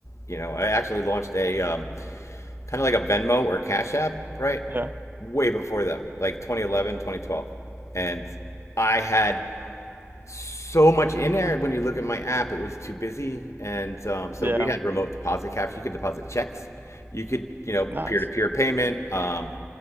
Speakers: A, on the left; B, on the right.
A: you know, I actually launched a um, kind of like a Venmo or Cash App, right?
B: yeah
A: Way before them, like 2011, 2012, and I had so much in there. When you look at my app, it was too busy, and um, so
B: yeah
A: we had remote deposit caps. You could deposit checks, you could, you know,
B: nice
A: peer-to-peer payment. Um,